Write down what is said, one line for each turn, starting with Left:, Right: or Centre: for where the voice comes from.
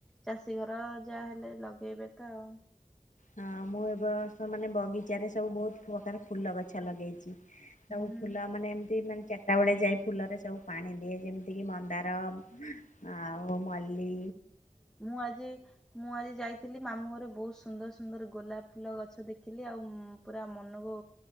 Centre: ଚାଷୀ ଘର ଯାହା ହେଲେ ଲଗେଇବେ ତ ଆଉ।
Left: ହଁ ମୁଁ ଏ ବର୍ଷ ମାନେ ବଗିଚାରେ ସବୁ ବହୁତ ପ୍ରକାର ଫୁଲ ଗଛ ଲଗେଇଚି। ସବୁ
Centre: ହୁଁ ହୁଁ
Left: ଫୁଲ ମାନେ ଏମିତି ମାନେ ଚାରିଟା ବେଳେ ଯାଇ ଫୁଲରେ ସବୁ ପାଣି ଦିଏ ଯେମିତିକି ମନ୍ଦାର ଆଉ ମଲ୍ଲୀ
Centre: ମୁଁ ଆଜି ମୁଁ ଆଜି ଯାଇ ଥିଲି ମାମୁଁ ଘରେ ବହୁତ ସୁନ୍ଦର ସୁନ୍ଦର ଗୋଲାପ ଫୁଲ ଗଛ ଦେଖିଲି ଆଉ ଉ ପୁରା ମନକୁ